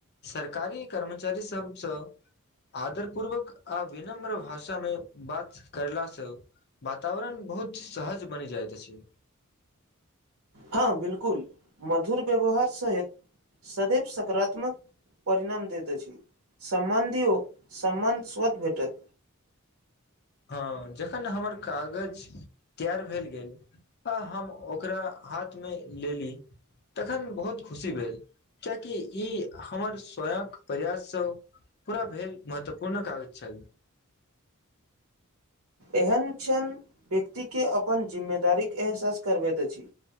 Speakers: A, on the left; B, on the right.
A: सरकारी कर्मचारी सभसँ आदर पूर्वक आ विनम्र भाषा मे बात केरलासँ वातावरण बहुत सहज बनि जाइत अछि
B: हँ बिल्कुल मधुर व्यवहार स सदैव सकारात्मक परिणाम दैत अछि सम्बन्धिओ सम्बन्ध स्वत भेटत
A: हँ जखन हमर कागज तैयार भेल गेल आ हम ओकरा हाथ मे लेली तखन बहुत खुशी भेल कियाकि ई हमर स्वयंक प्रयाससँ पूरा भेल महत्वपूर्ण कागज छल
B: एहन क्षण व्यक्ति के अपन जिम्मेदारीक एहसास करबैत अछि